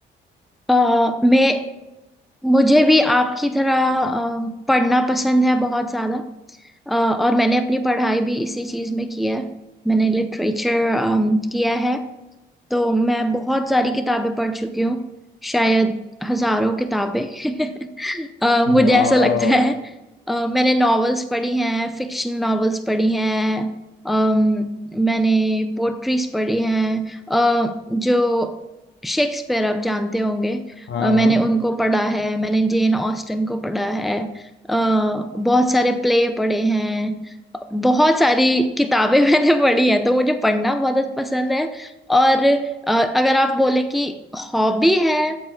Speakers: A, in the centre; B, on the left (about 65°).
A: अ, मैं मुझे भी आपकी तरह अ, पढ़ना पसंद है बहुत ज़्यादा अ, और मैंने अपनी पढ़ाई भी इसी चीज़ में की है मैंने लिटरेचर किया है तो मैं बहुत सारी किताबें पढ़ चुकी हूँ शायद हजारों किताबें <laughs> अ, मुझे
B: वाह
A: ऐसा लगता है अ, मैंने नॉवेल्स पढ़ी हैं फिक्शन नॉवेल्स पढ़ी हैं अम, मैंने पोट्रीज पढ़ी हैं अ, जो शेक्सपियर आप जानते होंगे
B: हाँ
A: अ, मैंने
B: हाँ
A: उनको पढ़ा है मैंने जेन ऑस्टन को पढ़ा है अ, बहुत सारे प्ले पढ़े हैं बहुत सारी किताबें <laughs> मैंने पढ़ी हैं तो मुझे पढ़ना बहुत पसंद है और अ, अगर आप बोले कि हॉबी है